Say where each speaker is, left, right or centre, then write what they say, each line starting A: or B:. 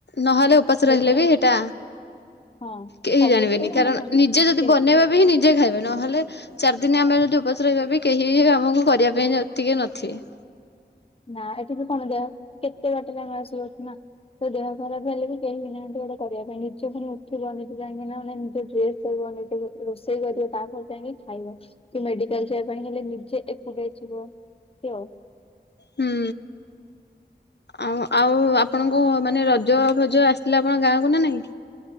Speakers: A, on the left; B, on the left.
A: ନହେଲେ ଉପାସ ରହିଲେ
B: ଯଦି ନା
A: ବି ସେଇଟା
B: ହଁ
A: କେହି
B: ସବୁଥିରେ
A: ଜାଣିବେନି
B: ମାନେ
A: କାରଣ
B: କଣ
A: ନିଜେ ଯଦି
B: କେହି
A: ବନେଇବେ ବି ହିଁ ନିଜେ ଖାଇବେ ନହେଲେ ଚାରି ଦିନ ଆମେ ଯଦି ଉପାଶ୍ର ହେ ବି କେହି ଆମକୁ କରିବା ପାଇଁ ଟିକେ ନଥିବେ।
B: ନା ଏଠି ବି କଣ ଦେହ କେତେ ବାଟେ ଟାଇମେ ଆସିବଛି ନା। ତ ଦେହ ଖରାପ ହେଲେ ବି କେହି ବି ନାହାନ୍ତି ଗୋଟେ କରିବା ପାଇଁ ନିଜ ପୁଣି ଉଠିବନି କାଇଁକି ନାନେ ନିଜ ଡ୍ରେସ ବ ରୋଷେଇ କରିବ ତାପରେ ଯାଇକି ଖାଇବ। କି ମେଡିକାଲ ଯିବା ପାଇଁ ହେଲେ ନିଜେ ଏକୁଟିଆ ଯିବ ସେଅ।
A: ହୁଁ। ଆଉ ଆଉ ଆପଣଙ୍କ ମାନେ ରଜ ଭଜ ଆସିଥିଲା ଆପଣ ଗାଁକୁ ନା ନାଇଁ।